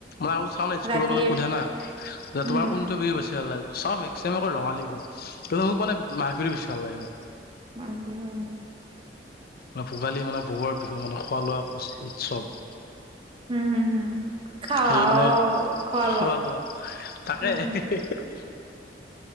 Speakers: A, on the left; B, on the right.
A: মই আৰু চাওঁ দেই স্কুলত
B: ৰাতি
A: মানে সোধে না যে
B: উম
A: তোমাৰ
B: হম
A: কোনটো বিহু বেছি লাগে বেছি ভাগৰ মানে ৰঙালী বিহু কিন্তু মোক মানে মাঘ বিহু বেছি ভাল লাগে
B: মাঘ বিহু
A: মান ভোগালী মানে ভোগৰ বিহু মানে খোৱা-লোৱা উৎসৱ
B: উম হুম হুম খাৱা
A: সেই মানে
B: অ খোৱা-লোৱা
A: খোৱা লোৱা তাকে
B: উম
A: <unintelligible>